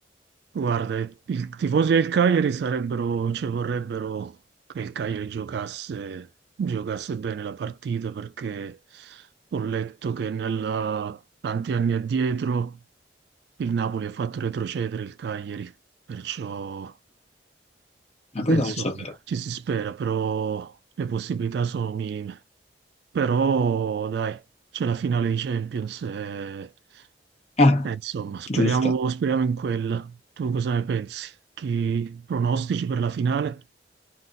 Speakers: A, on the right; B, on the left.
A: Guarda, i i tifosi del Cagliari sarebbero, cioè vorrebbero che il Cagliari giocasse, giocasse bene la partita perché ho letto che nella- tanti anni addietro il Napoli ha fatto retrocedere il Cagliari, perciò
B: Ma poi
A: eh, insomma
B: non lo sapevo.
A: ci si spera, però le possibilità sono minime. Però dai, c'è la finale di Champions e
B: Ah,
A: eh, insomma, speriamo,
B: giusto.
A: speriamo in quella. Tu cosa ne pensi? Chi pronostici per la finale?